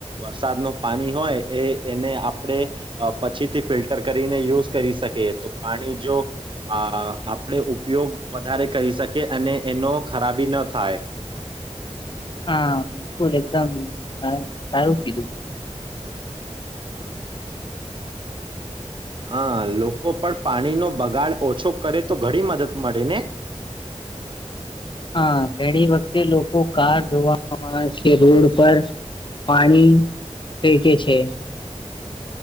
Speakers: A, on the right; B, on the left.
A: વરસાદ ન પાણી હોય એ એને આપણે પછીથી ફિલ્ટર કરીને યુઝ કરી શકીએ તો પાણી અ જો આપણે ઉપયોગ વધારે કરી શકે અને એનો ખરાબી ન થાય
B: હા બિલકુલ એકદમ સારું કીધું
A: હા લોકો પણ પાણીનો બગાડ ઓછો કરે તો ઘણી મદદ મળે ને
B: હા ઘણી વખતે લોકો કાર ધો <unintelligible> રોડ પર પાણી વેચે છે